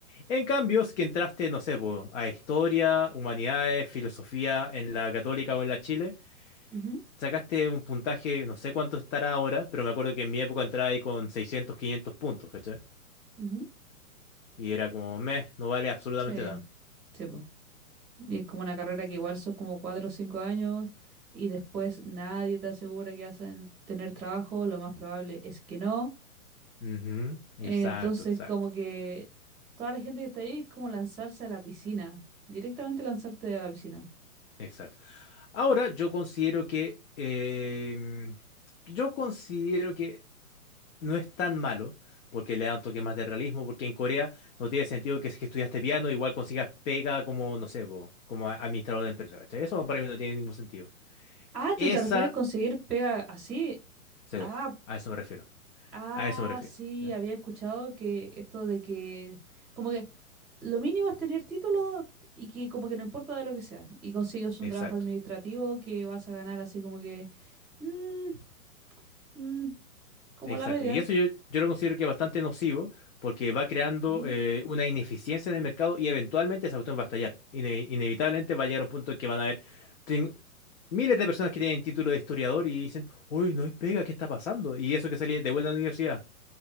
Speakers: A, on the left (about 55°); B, in the centre.
A: En cambio, es que entraste, no sé, po, a historia, humanidades, filosofía en la Católica o en la Chile,
B: Ujú,
A: sacaste un puntaje, no sé cuánto estará ahora, pero me acuerdo que en mi época entraba ahí con 600 500 puntos, ¿cachai?
B: ujú.
A: Y era como, meh, no vale absolutamente
B: Sí,
A: nada.
B: sí, po. Y es como una carrera que igual son como cuatro o cinco años y después nadie te asegura que hacen tener trabajo, lo más probable es que no.
A: Ujú, Exacto,
B: Eh, entonces,
A: exacto,
B: como que toda la gente que está ahí es como lanzarse a la piscina, directamente lanzarte a la piscina.
A: exacto. Ahora yo considero que, em, yo considero que no es tan malo. Porque le da un toque más de realismo, porque en Corea no tiene sentido que si que estudiaste piano, igual consigas pega como, no sé, po, como a- administrador de empresa. ¿cachai? Eso para mí no tiene ningún sentido.
B: Ah,
A: Esa,
B: ¿tú te refieres a conseguir pega así?
A: sí,
B: Ah,
A: a eso me refiero.
B: ah,
A: A eso me refiero.
B: sí,
A: ¿ya?
B: había escuchado que esto de que como que lo mínimo es tener título y que como que no importa de lo que sea y consigues un
A: Exacto,
B: trabajo administrativo que vas a ganar así como que mm, mm, como
A: exacto.
B: la media.
A: Y eso yo, yo lo considero que es bastante nocivo porque va creando
B: Ujú.
A: eh, una ineficiencia en el mercado y eventualmente esa cuestión va a estallar. Ine- inevitablemente va a llegar un punto en que van a haber ten- miles de personas que tienen título de historiador y dicen, uy, no hay pega, ¿qué está pasando? Y eso que salí de vuelta a la universidad.